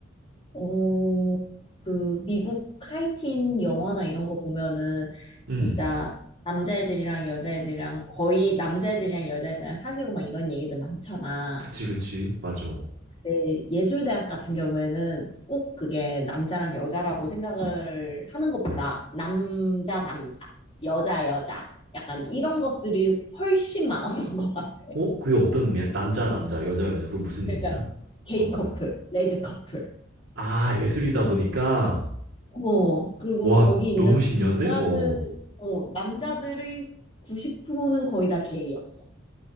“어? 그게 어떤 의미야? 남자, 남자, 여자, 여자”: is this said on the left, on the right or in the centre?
Right